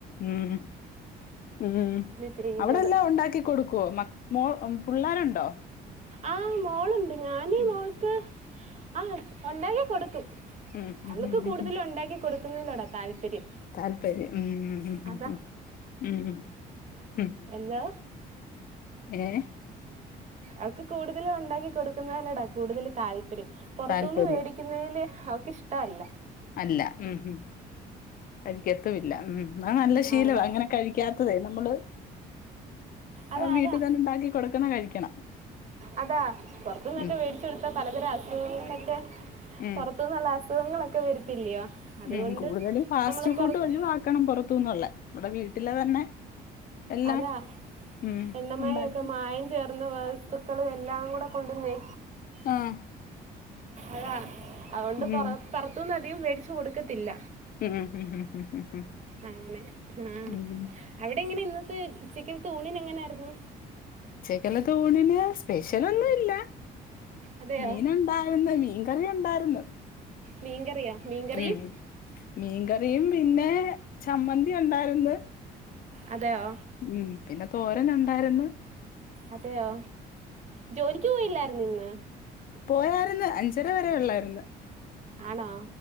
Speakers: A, on the left; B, on the right.
A: ഉം ഉം ഉം
B: ഇത് ചെയ്യുന്നത്
A: അവിടെല്ലാം ഉണ്ടാക്കി. കൊടുക്കോ മക് മോ പിള്ളേരുണ്ടോ.
B: ആഹ് മോളുണ്ട് ഞാൻ
A: ഉം
B: ക്ക്‌ ആഹ് ഉണ്ടാക്കി കൊടുക്കും
A: ഉം
B: അവൾക്ക്
A: ഉം ഉം
B: കൂടുതലുണ്ടാക്കിടു
A: ഉം
B: തിന്നുല്ലെടാ താല്പര്യം
A: താൽപര്യം ഉം ഉം ഉം
B: അതാ
A: ഉം ഉം ഉം
B: എന്തോ
A: ഏഹ്
B: അവക്ക് കൂടുതല് ഉണ്ടാക്കി കൊടുക്കുന്നതന്നടാ കൂടുതൽ താല്പര്യം പുറത്തുന്ന്
A: താല്പര്യം
B: വേടി ക്കുന്നതിൽ അവക്ക്ഷ്ടല്ല
A: അല്ല ഉം ഉം അടിക്കത്തുല്ല ഉം എന്നാ നല്ല ശീലവാ
B: അതാ
A: ഇങ്ങനെ കഴിക്കാത്തതെ നമ്മള്
B: അതാ
A: വീട്ടിൽ
B: അതാ
A: തന്നെ ഉണ്ടാക്കി കൊടുക്കുന്ന കഴിക്കണം.
B: അതാ പുറത്തു നിന്നൊക്കെ
A: ഉം
B: മേടി ച്ചൊടുത്ത പലതരം അസുഖങ്ങളൊക്കെ
A: ഉം
B: പുറത്തു നിന്നുള്ള അസുഖങ്ങളൊക്കെ വരത്തില്ലയോ അതുകൊണ്ട്
A: ഉം കൂടുതലും ഫാസ്റ്റ്
B: നമ്മൾ
A: ഫുഡ്
B: പുറത്ത്
A: ഒഴിവാക്കണം പൊറത്തുന്നള്ള ഇവടെ വീട്ടിലെ തന്നെ എല്ലാം
B: അതാ
A: ഉം
B: എണ്ണമയമൊക്കെ
A: ഉണ്ടാക്കി
B: മായം ചേർന്ന വസ്തുക്കളും എല്ലാം കൂടെ കൊണ്ടുവന്നേ
A: ആഹ്
B: അതാ അതൊണ്ട്
A: ഉം
B: പുറ പുറത്തുനിന്ന് അധികം മേടിച്ചു കൊടുക്കത്തില്ല
A: ഉം ഉം ഉം ഉം ഉം
B: അങ്ങനെ ആഹ്
A: ഉം ഉം
B: അവിടെ എങ്ങനെ ഇന്നത്തെ ച്ചക്കത്തൂണിനു എങ്ങനായിരുന്നു
A: ച്ചക്കനെത്തൂണിന് സ്പെഷ്യലൊന്നും ഇല്ല
B: അതെയോ
A: മീൻ ഉണ്ടായിരുന്ന് മീൻകറി ഉണ്ടായിരുന്നു
B: മീൻകറിയാ മീൻകറിയും
A: ഉം മീൻകറിയും പിന്നെ ചമ്മന്തി ഉണ്ടായിരുന്ന്
B: അതെയോ
A: ഉം പിന്നെ തോരൻ ഉണ്ടായിരുന്ന്
B: അതെയോ ജോലിക്ക് പോയില്ലായിരുന്നു ഇന്ന്
A: പോയായിരുന്നു അഞ്ചര വരെ ഉള്ളായിരുന്നു
B: ആണോ